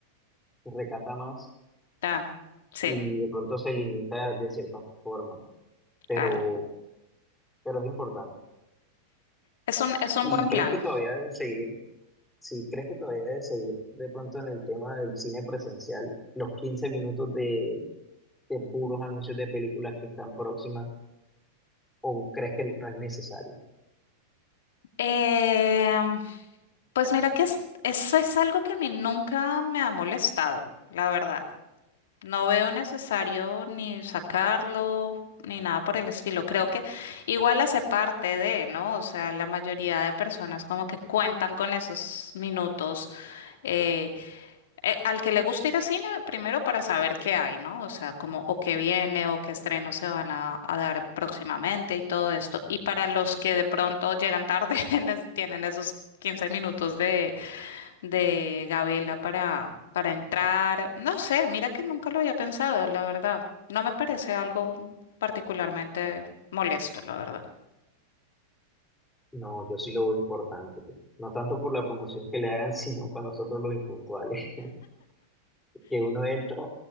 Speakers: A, in the centre; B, on the left (about 60°).
A: recata más
B: ah, sí,
A: y de pronto se limita de cierta forma. Pero
B: claro.
A: pero es importante.
B: Es un, es un
A: ¿Y
B: buen
A: crees
B: plan.
A: que todavía debes seguir, si crees que todavía debes seguir de pronto en el tema del cine presencial, los 15 minutos de, de puros anuncios de películas que están próximas, o crees que no es necesario?
B: Em, pues mira que es- eso es algo que a mí nunca me ha molestado, la verdad. No veo necesario ni sacarlo ni nada por el estilo. Creo que igual hace parte de, ¿no? O sea, la mayoría de personas como que cuentan con esos minutos. eh, eh, al que le gusta ir a cine, primero para saber qué hay, ¿no? O sea, como o qué viene o qué estrenos se van a, a dar próximamente y todo esto. Y para los que de pronto llegan tarde, <laughs> en es- tienen esos 15 minutos de, de gabela para, para entrar. No sé, mira que nunca lo había pensado, la verdad. No me parece algo particularmente molesto, la verdad.
A: No, yo sí lo veo importante. No tanto por la promoción que le hagan, <laughs> sino para nosotros los impuntuales, <laughs> que uno entra,